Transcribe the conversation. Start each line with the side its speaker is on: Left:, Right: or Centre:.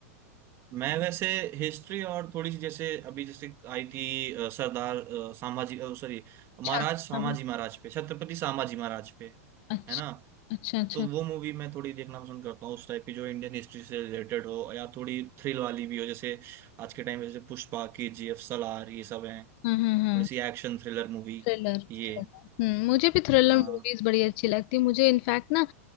Right: मैं वैसे हिस्ट्री और थोड़ी सी जैसे अभी जैसे आई थी अ, सरदार अ, सामाजी सॉरी
Left: अच्छा
Right: महाराज सामाजी
Left: हाँ, हाँ,
Right: महाराज पे छत्रपति सामाजी महाराज पे
Left: अच्छा
Right: है ना
Left: अच्छा अच्छा
Right: तो वो मूवी मैं थोड़ी देखना पसंद करता हूँ उस टाइप की जो इंडियन हिस्ट्री से रिलेटेड हो या थोड़ी थ्रिल वाली भी हो जैसे आज के टाइम में जैसे पुष्पा के जी एफ सलार ये सब हैं
Left: हाँ हाँ
Right: थोड़ी
Left: हाँ
Right: सी एक्शन थ्रिलर मूवी
Left: थ्रिलर
Right: ये
Left: हम्म मुझे भी थ्रिलर
Right: हाँ
Left: मूवीज बड़ी अच्छी लगती है मुझे इनफैक्ट ना